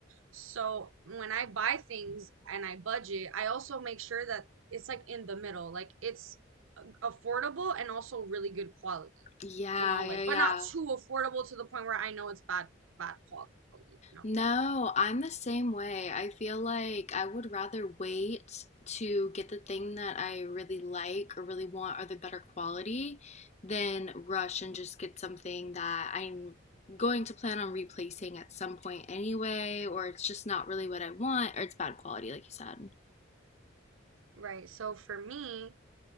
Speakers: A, on the right; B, on the left.
A: So when I buy things and I budget, I also make sure that it's like in the middle, like it's affordable and also really good quality,
B: Yeah,
A: you know,
B: yeah,
A: like
B: yeah.
A: but not too affordable to the point where I know it's bad bad quality, you know.
B: No, I'm the same way. I feel like I would rather wait to get the thing that I really like or really want or the better quality than rush and just get something that I'm going to plan on replacing at some point anyway, or it's just not really what I want or it's bad quality, like you said.
A: Right. So for me,